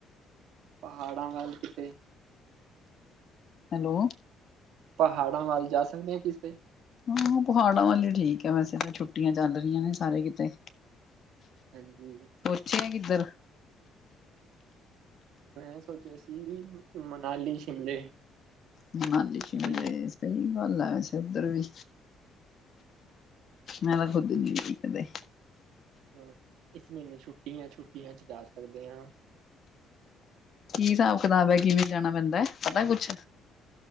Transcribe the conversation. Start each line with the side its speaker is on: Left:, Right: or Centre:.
Right: ਪਹਾੜਾਂ ਵੱਲ ਕਿਤੇ
Left: ਹੈਲੋ।
Right: ਪਹਾੜਾਂ ਵੱਲ ਜਾ ਸਕਦੇ ਆ ਕਿਸ ਤੇ?
Left: ਹਾਂ, ਪਹਾੜਾਂ ਵੱਲ ਈ ਠੀਕ ਆ ਵੈਸੇ ਤਾਂ ਛੁੱਟੀਆਂ ਚੱਲ ਰਹੀਆਂ ਨੇ ਸਾਰੇ ਕਿਤੇ।
Right: ਹਾਂਜੀ‌‌।
Left: <unintelligible> ਐ ਕਿੱਧਰ
Right: ਮੈਂ ਸੋਚਿਆ ਸੀ ਵੀ ਮਨਾਲੀ, ਸ਼ਿਮਲੇ
Left: ਮਨਾਲੀ,
Right: ਕਿਤੇ
Left: ਸ਼ਿਮਲੇ
Right: ਵੀ
Left: ਸਹੀ ਗੱਲ ਆ ਵੈਸੇ ਉਧਰ ਵੀ। ਮੈਂ ਵੈਸੇ
Right: ਹਾਂਜੀ
Left: ਓਧਰ ਗਈ ਨੀ ਕਦੇ
Right: ਹਾਂ, ਇਸ ਮਹੀਨੇ ਛੁੱਟੀਆਂ-ਛੁੱਟੀਆਂ ਚ ਜਾ ਸਕਦੇ ਆ।
Left: ਕੀ ਹਿਸਾਬ ਕਿਤਾਬ ਐ, ਕਿਵੇਂ ਜਾਣਾ ਪੈਂਦੈ, ਪਤਾ ਕੁਛ?